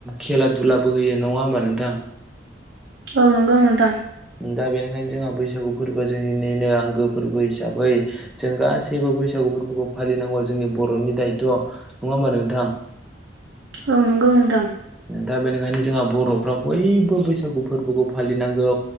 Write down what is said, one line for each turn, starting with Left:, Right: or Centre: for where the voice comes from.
Centre: खेला धुलाबो होयो नङा होमबा नोंथां <unintelligible>
Right: औ नंगौ नोंथां
Centre: दा बेनिखायनो जोंहा बैसागु फोरबोआ जोंनिनो आंगो फोरबो हिसाबै जों गासैबो बैसागु फोरबोखौ फालिनांगौ जोंनि बर'नि दायथ' नङा होमबा नोंथां
Right: औ नंगौ नोंथां
Centre: दा बेनिखायनो जोंहा बर'फ्रा बयबो बैसागु फोरबोखौ फालिनांगौ